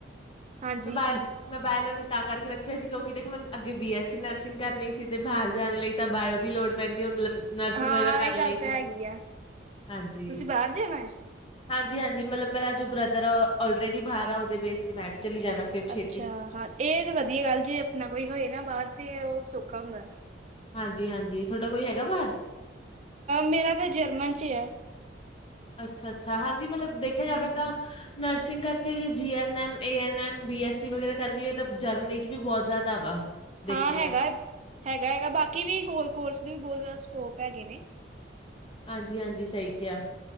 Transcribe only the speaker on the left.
ਮੋਬਾਇਲ <unintelligible> ਮੋਬਾਇਲ ਜੀ ਤਾਂ ਕਰਕੇ ਰੱਖਿਆ ਸੀ ਕਿਉਂਕਿ ਮੈਨੂੰ ਅੱਗੇ ਬੀਐਸ ਸੀ ਨਰਸਿੰਗ ਕਰਨੀ ਸੀ ਤੇ ਬਾਹਰ ਜਾਣ ਲਈ ਤਾਂ ਬਾਇਓ ਪੈਂਦੀ ਉਹਨਾਂ ਨਰਸਿੰਗ
ਵਗੈਰਾ ਕਰ
ਲਈ
ਹਾਂਜੀ
ਹਾਂਜੀ ਹਾਂਜੀ ਮਤਲਬ ਮੇਰਾ ਜੋ ਬ੍ਰਦਰ ਆਲਰੇਡੀ ਬਾਹਰ ਆ ਉਹਦੇ ਬੇਸ ਤੇ ਮੈਂ ਚਲੀ ਜਾਣਾ ਫਿਰ ਛੇਤੀ।
ਹਾਂਜੀ ਹਾਂਜੀ ਤੁਹਾਡਾ ਕੋਈ ਹੈਗਾ ਬਾਹਰ
ਅੱਛਾ ਅੱਛਾ ਹਾਂਜੀ ਮਤਲਬ ਦੇਖਿਆ ਜਾਵੇ ਤਾਂ ਨਰਸਿੰਗ ਕਿ G N M A N M B S C ਵਗੈਰਾ ਕਰਕੇ ਤਾਂ ਜਰਮਨੀ ਚ ਵੀ ਬਹੁਤ ਜਿਆਦਾ ਵਾ ਦੇਖਿਆ
ਜਾ
ਹਾਂਜੀ ਹਾਂਜੀ ਸਹੀ ਕਿਹਾ